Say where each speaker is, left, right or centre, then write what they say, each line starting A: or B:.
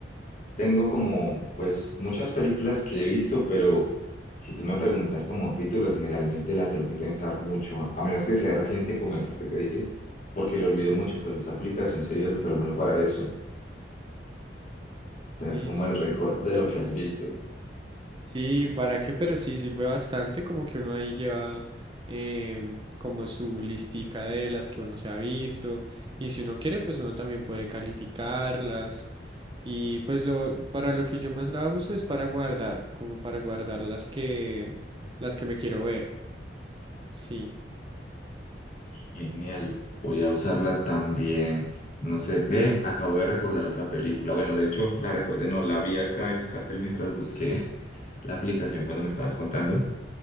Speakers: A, on the left; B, on the right.
A: tengo como, pues, muchas películas que he visto, pero si tú me preguntas como títulos, generalmente la tengo que pensar mucho, a a menos que sea reciente como esta que te dije, porque lo olvido mucho, pero esta aplicación sería súper bueno para eso, tener
B: Sí,
A: como
B: sí,
A: el
B: sí.
A: récord de lo que has visto.
B: Sí, ¿para qué? Pero sí sirve bastante, como que uno ahí lleva em, como su listica de las que uno se ha visto y si uno quiere, pues uno también puede calificarlas y pues lo para lo que yo más la uso es para guardar, como para guardar las que las que me quiero ver. Sí.
A: Genial, voy a usarla también. No sé, ve, acabo de recordar otra película. Bueno, de hecho, la recordé, no, la vi acá el cartel mientras busqué <laughs> la aplicación cuando me estabas contando.